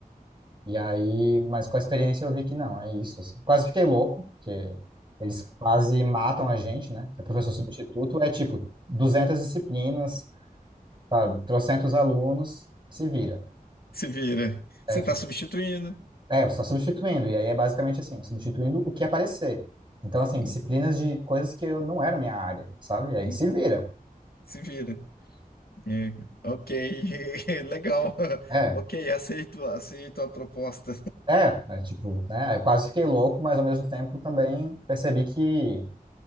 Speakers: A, on the right (about 30°); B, on the left (about 80°).
A: E aí, mas com a experiência eu vi que não, é isso, assim. Quase fiquei louco, porque eles quase matam a gente, né? O professor substituto é tipo 200 disciplinas, sabe? Trocentos alunos, se vira.
B: Se vira.
A: É
B: Você está substituindo.
A: É, você está substituindo, e aí é basicamente assim, substituindo o que aparecer. Então, assim,
B: Hum,
A: disciplinas de coisas que eu não era minha área, sabe? E aí
B: hum,
A: se vira.
B: Se vira. É, Ok. <laughs> Legal.
A: É,
B: Ok, aceito, aceito a proposta.
A: é, é tipo, né? Eu quase fiquei louco, mas ao mesmo tempo também percebi que,